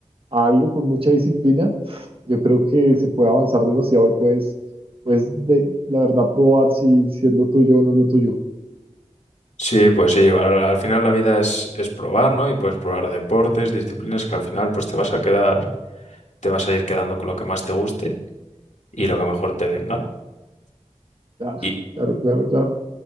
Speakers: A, on the right (about 45°); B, on the left (about 75°).
A: a algo con mucha disciplina, yo creo que se puede avanzar demasiado y puedes, pues, de, la verdad, probar si, si es lo tuyo o no es lo tuyo.
B: Sí, pues sí, al, al final la vida es, es probar, ¿no? Y puedes probar deportes, disciplinas que al final pues te vas a quedar, te vas a ir quedando con lo que más te guste y lo que mejor te venga.
A: Claro,
B: Y,
A: claro, claro, claro.